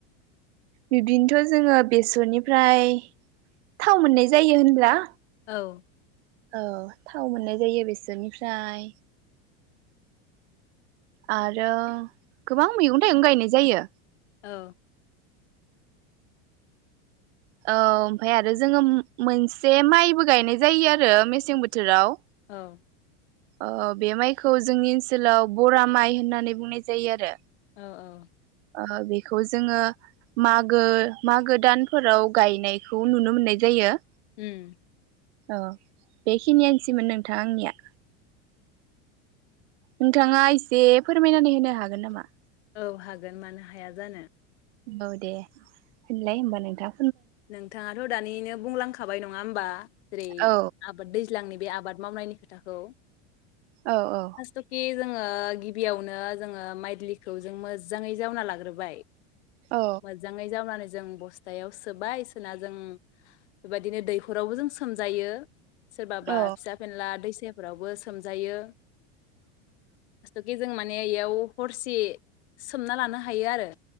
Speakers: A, on the right (about 80°); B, on the left (about 80°).
A: बिब्दिनोथ' जोङो बेसरनिफ्राय थाव मोननाय जायो होनब्ला।
B: औ।
A: औ थाव मोननाय जायो बेसोरनिफ्राय आरो गोबां मैगं थाइगं गायनाय जायो।
B: औ
A: औ ओमफाय आरो जोङो मो-मोनसे माइबो गायनाय जायो आरो मेसें बोथोराव।
B: औ।
A: ओ बे माइखौ जोंनि ओनसोलाव बरा माइ होन्नानै बुंनाय जायो आरो।
B: औ औ।
A: ओ बेखौ जोङो मागो मागो दानफोराव गायनायखौ नुनो मोननाय जायो।
B: उम।
A: औ बेखिनियानसैमोन नोंथां आंनिया। नोंथाङा एसे फोरमायनानै होनो हागोन नामा।
B: ओव हागोन मानो हाया जानो।
A: औ दे। होनलाय होमबा नोंथां
B: नोंथाङाथ' दानिनो बुंलांखा खाबाय नङा होम्बा। जेरै
A: औ
B: आबाद दैज्लांनि बे आबाद। मावनायनि खोथाखौ।
A: औ औ।
B: फार्स्टकि जोङो गिबियावनो जोङो माइल्दिखौ जों मोजाङै जावना लाग्रोबाय।
A: औ
B: मोजाङै जावनानै जो जों ब स्थायाव सोबाय सोना जों बेबायदिनो दैहरावबो जों सोमजायो। सोरबाबा
A: औ
B: फिसा फेनला दैसा <unintelligible> फोरावबो सोमजायो स्थ'के जों माने इयाव हरसे सोमना लानो हायो आरो।